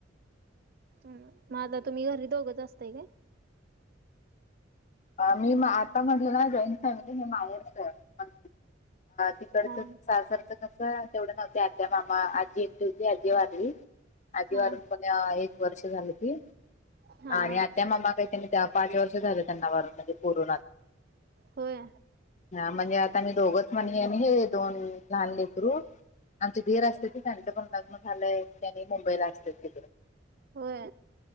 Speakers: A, on the right; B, on the left.
A: हम् मग आता तुम्ही घरी दोघंच असताय का
B: मी आता म्हणलं ना जॉईंट फॅमिली हे माहेरच तिकडच
A: हा
B: सासरच क तेवढं नव्हत आत्या मामा आजी येते होती आजी वारली आजी
A: हा
B: वारून एक वर्ष झालं त
A: हा
B: आणि
A: हा
B: आत्या मामा काही त्यांनी त्या पाच वर्ष झालं त्यांना म्हणजे पर
A: होय
B: हा म्हणजे आता मी दोघच म्हणे ना हे दोन लहान लेकरू आमची धीर असते ते त्यांचं पण लग्न झालंय त्यांनी मुंबईला असते तिकडें
A: होय